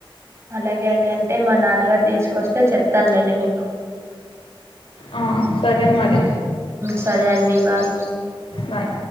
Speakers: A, on the right; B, on the left.
A: అలాగే అండి అంటే మా నాన్నగారు తీసుకొస్తే చెప్తానులేండి మీకు
B: ఆ సరే మరి
A: సరే అండి బాయ్
B: బాయ్